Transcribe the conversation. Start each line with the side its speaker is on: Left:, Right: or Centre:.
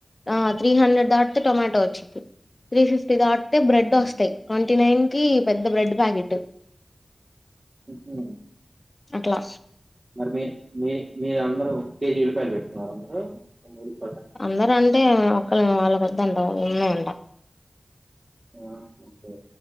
Left: ఆ త్రీ హండ్రెడ్ దాటితే టొమాటో వచ్చిది. త్రీ ఫిఫ్టీ దాటితే
Right: హుహు.
Left: బెడ్ వస్తాయి. ఫిటీ నైన్ కి పెద్ద బ్రెడ్ ప్యాకెట్,
Right: ఉహు
Left: అట్లా
Right: మరి మీ మీ మీరు అందరూ కేజీ ఉల్లిపాయలు పెట్టుకున్నారు, అందరు త
Left: అందరు అంటే ఒకళ వాళ్ళకు వద్దంట ఉన్నాయంట,
Right: ఆ వాద